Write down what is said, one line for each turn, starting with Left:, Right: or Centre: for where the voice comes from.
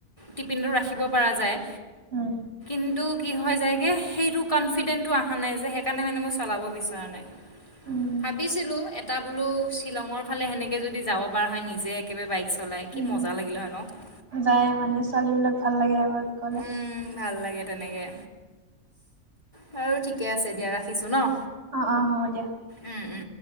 Left: টিপিনটো ৰাখিব পৰা যায়।
Right: উম।
Left: কিন্তু কি হয় যায়গে, সেইটো ক'নফিডেন্টতো অহা নাই যে সেইকাৰণে মানে মই চলাব বিচৰা নাই।
Right: উম,
Left: ভাবিছিলোঁ, এটা বোলো শ্বিলঙৰ ফালে সেনেকে যদি যাব পৰা হয় নিজে কি বে বাইক চলাই
Right: উম।
Left: কি মজা লাগিলে হয় ন!
Right: যায় মানে ছোৱালীবিলাক, ভাল লাগে আগত গ'লে।
Left: উম ভাল লাগে তেনেকে। বাৰু ঠিকে আছে দিয়া। ৰাখিছোঁ ন
Right: অ' অ' হ'ব দিয়া।
Left: উম, উম।